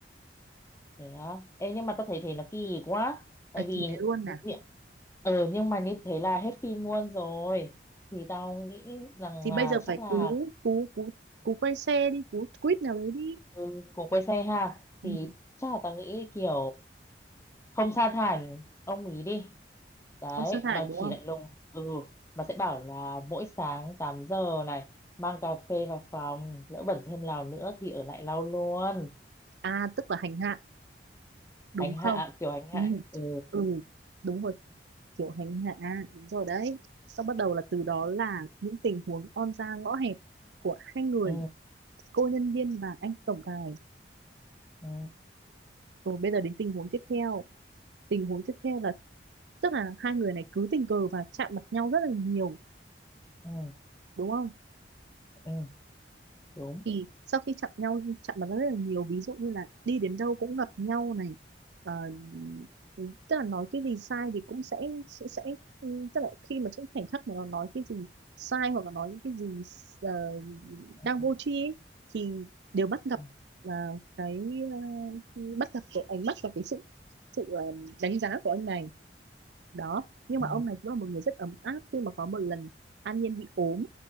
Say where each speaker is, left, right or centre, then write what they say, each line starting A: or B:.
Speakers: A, on the left; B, on the right.
A: Thế á. Ê nhưng mà tao thấy thế nó kỳ quá. Tại
B: à
A: vì
B: thì thế luôn à
A: mi- ờ nhưng mà như thế là hết phim luôn rồi. Thì tao nghĩ rằng
B: thì
A: là
B: bây giờ
A: chắc
B: phải
A: là
B: cú cú cú cú quay xe đi cú quýt nào đấy đi
A: ừ, của quê xe ha
B: ừ,
A: thì chắc là tao nghĩ kiểu không sa thải ông ý đi đấy
B: không sa thải
A: mà
B: đúng
A: chỉ
B: không
A: lạnh lùng ừ mà sẽ bảo là mỗi sáng 8 giờ này mang cà phê vào phòng lỡ bẩn thêm nào nữa thì ở lại lau luôn
B: à tức là hành hạ đúng
A: hành
B: không
A: hạ kiểu hành hạ
B: ừ,
A: ấy. ừ
B: ừ đúng rồi kiểu hành hạ à, đúng rồi đấy xong bắt đầu là từ đó là những tình huống on ra ngõ hẹp của hai người
A: ừ
B: cô nhân viên và anh tổng tài
A: ừ
B: Rồi bây giờ đến tình huống tiếp theo. Tình huống tiếp theo là tức là hai người này cứ tình cờ và chạm mặt nhau rất là nhiều,
A: ừ
B: đúng không?
A: ừ đúng
B: Thì sau khi chạm nhau chạm mặt rất là nhiều, ví dụ như là đi đến đâu cũng gặp nhau này. Ờ, tức là nói cái gì sai thì cũng sẽ sẽ, sẽ ừ, tức là khi mà trong khoảnh khắc mà nó nói cái gì sai hoặc là nói những cái gì ờ,
A: ừ.
B: đang
A: ừ,
B: vô tri ấy, thì đều bắt gặp
A: ừ.
B: ờ, cái ờ, bắt gặp cái ánh mắt và cái sự sự ờ, đánh giá của anh này đó nhưng
A: ừ.
B: mà ông này cũng là một người rất ấm áp khi mà có một lần An Nhiên bị ốm